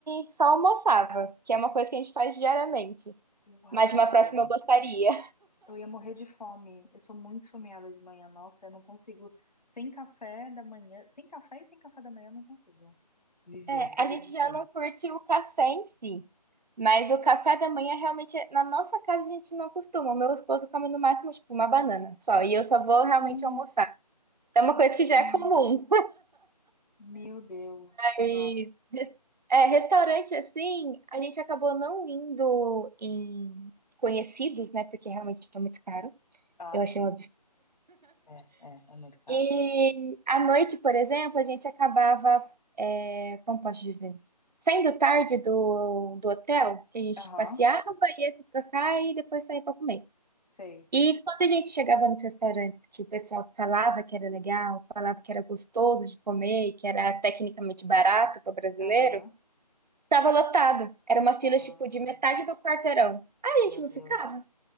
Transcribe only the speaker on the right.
e só almoçava, que é uma coisa que a gente faz diariamente.
Mas de uma próxima eu gostaria.
É,
a gente já não curte o café em si, mas o café da manhã realmente, na nossa casa, a gente não costuma. O meu esposo come no máximo, tipo, uma banana só, e eu só vou realmente
almoçar. Então, é uma coisa
que já é comum.
e é, restaurante assim, a gente acabou não indo em conhecidos, né? Porque realmente é muito caro.
Eu
achei um absurdo.
E à noite, por exemplo, a gente acabava, é, como posso dizer, saindo tarde do, do hotel, que a gente
passeava, ia se trocar e depois saía para comer.
E quando a gente chegava nos restaurantes que o pessoal falava que era legal, falava que era gostoso de comer, e que era tecnicamente barato para brasileiro,
tava lotado. Era uma
fila tipo de metade do quarteirão. Aí
a gente
não ficava.